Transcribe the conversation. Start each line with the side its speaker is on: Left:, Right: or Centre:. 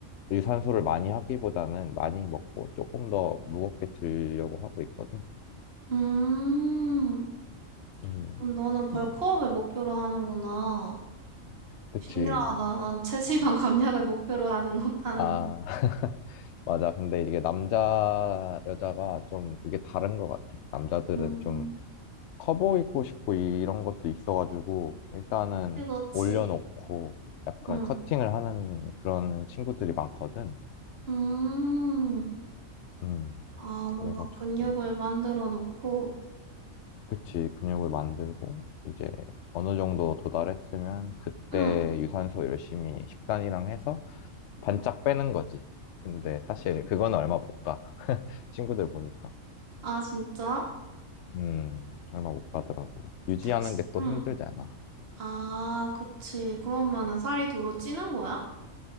Left: 유산소를 많이 하기보다는 많이 먹고 조금 더 무겁게 들려고 하고 있거든.
Right: 음.
Left: 음,
Right: 그럼 너는 벌크업을 목표로 하는구나.
Left: 그치.
Right: 신기하다. 난 <laughs> 체지방 감량을 목표로 하는 건 하는데.
Left: 아, <laughs> 맞아. 근데 이게 남자, 여자가 좀 이게 다른 것 같아. 남자들은
Right: 음.
Left: 좀 커 보이고 싶고 이런 것도 있어가지고 일단은
Right: 그렇지.
Left: 올려놓고 약간
Right: 응.
Left: 커팅을 하는 그런 친구들이 많거든.
Right: 음.
Left: 음,
Right: 아, 뭔가
Left: 그래가지고.
Right: 근육을 만들어 놓고,
Left: 그치, 근육을 만들고, 이제 어느 정도 도달했으면 그때
Right: 응,
Left: 유산소 열심히 식단이랑 해서 반짝 빼는 거지. 근데 사실 그거는 얼마 못 가. 친구들 보니까.
Right: 아, 진짜?
Left: 음, 얼마 못 가더라고. 유지하는
Right: 적시,
Left: 게 또
Right: 응.
Left: 힘들잖아.
Right: 아, 그치. 그러면은 살이 도로 찌는 거야?